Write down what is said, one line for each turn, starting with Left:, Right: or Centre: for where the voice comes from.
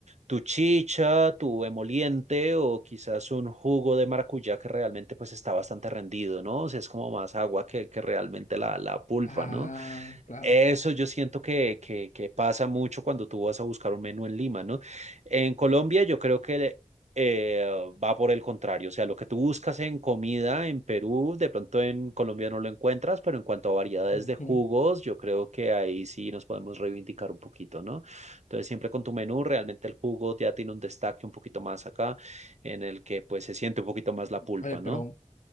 Right: tu chicha, tu emoliente o quizás un jugo de maracuyá que realmente pues está bastante rendido, ¿no? O sea, es como más agua que, que realmente la, la pulpa,
Left: Ah,
Right: ¿no?
Left: claro.
Right: Eso yo siento que, que, que pasa mucho cuando tú vas a buscar un menú en Lima, ¿no? En Colombia yo creo que eh, va por el contrario, o sea, lo que tú buscas en comida en Perú, de pronto en Colombia no lo encuentras, pero en cuanto a variedades
Left: Ujú.
Right: de jugos, yo creo que ahí sí nos podemos reivindicar un poquito, ¿no? Entonces siempre con tu menú, realmente el jugo ya tiene un destaque un poquito más acá, en el que pues se siente un poquito más la pulpa,
Left: Oye, pero,
Right: ¿no?